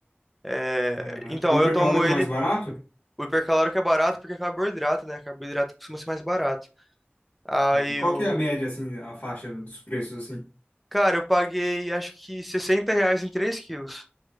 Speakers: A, in the centre; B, on the left (about 50°).
A: É,
B: Aham.
A: Então,
B: O hipercalórico
A: eu tomo ele.
B: é mais barato?
A: O hipercalórico é barato porque é carboidrato, né? Carboidrato costuma ser mais barato. Aí
B: Ah, Qual
A: o.
B: que é a média, assim, a faixa dos preços, assim?
A: Cara, eu paguei acho que 60 reais em 3 quilos.